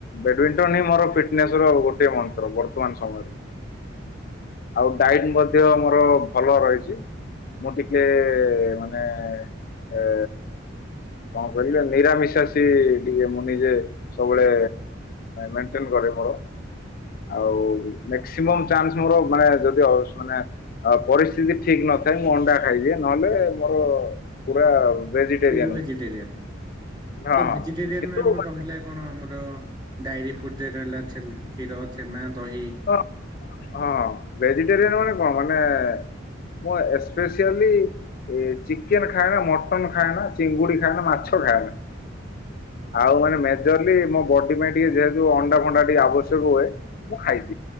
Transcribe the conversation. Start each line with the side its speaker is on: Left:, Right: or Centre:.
Left: ବ୍ୟାଡମିଣ୍ଟନ୍ ହିଁ ମୋର ଫିଟ୍ନସ ର ଗୋଟିଏ ମନ୍ତ୍ର ବର୍ତ୍ତମାନ ସମୟରେ। ଆଉ ଡାଇଟ୍ ମଧ୍ୟ ମୋର ଭଲ ରହିଛି। ମୁଁ ଟିକେ ମାନେ, ଏ କଣ କରିବା ନିରାମିଷା ସିଏ ଟିକେ ମୁଁ ନିଜେ ସବୁବେଳେ ମେଣ୍ଟେନ କରେ ମୋର, ଆଉ ମକ୍ସିମମ୍ ଚାନ୍ସ ମୋର ମାନେ ଯଦି ଓଷ୍ ମାନେ ଆଉ ପରିସ୍ଥିତି ଠିକ ନଥାଏ, ମୁଁ ଅଣ୍ଡା ଖାଇଦିଏ, ନହେଲେ ମୋର ପୁରା ଭେଜିଟେରିଆନ୍
Right: ପିଓର ଭେଜିଟେରିଆନ,
Left: ହଁ ହଁ
Right: ତ ଭେଜିଟେରିଆନ
Left: କିନ୍ତୁ
Right: ଆମର
Left: ହଁ
Right: ରହିଲା କଣ ଆମର ଡାଇରି ଫୁଡରେ ରହିଲା ଛେନା, କ୍ଷୀର, ଛେନା, ଦହି।
Left: ହ ହଁ ଭେଜିଟେରିଆନ ମାନେ କଣ ମାନେ ମୁଁ ଏସ୍ପେସିଆଲି ଏ ଚିକେନ ଖାନା, ମଟନ ଖାନା, ଚିଙ୍ଗୁଡି ଖାନା, ମାଛ ଖାନା। ଆଉ ମାନେ ମେଜରଲି ମୋ ବଡି ପାଇଁ ଟିକେ ଯେହେତୁ ଅଣ୍ଡା ଫଣ୍ଡା ଟିକେ ଆବଶ୍ୟକ ହୁଏ। ମୁଁ ଖାଇବି